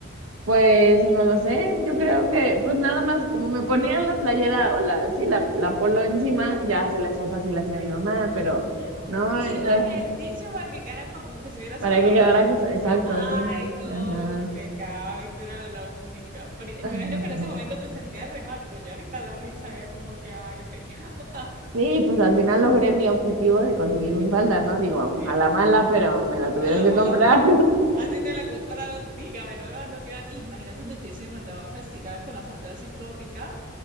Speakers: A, on the right (about 80°); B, on the right (about 40°).
A: Pues no lo sé. Yo creo que, pues nada más, como me ponían la playera o la, sí, la, la polo encima, ya se le hacía fácil hacia mi mamá, pero
B: Ah,
A: no,
B: Encima
A: eh,
B: el dicho para que quedara como que
A: <laughs>
B: se viera solo
A: para
B: la
A: que
B: falda.
A: quedara, cos- exacto,
B: Ay,
A: sí.
B: no,
A: Ajá.
B: qué pecado, y tú eras la única. Por- me
A: <laughs>
B: imagino que en ese momento te sentías re mal, pero ya ahorita la risa ya como que, ay, qué pecado. <laughs>
A: Sí, pues al final logré mi objetivo de conseguir mi falda, ¿no? Digo,
B: Y
A: a la mala, pero me la tuvieron
B: a la
A: que
B: mala,
A: comprar.
B: así te la compraron, dígame, no, iban- no te iban. Imagínate donde te hubiesen mandado castigada con la falda así toda picada.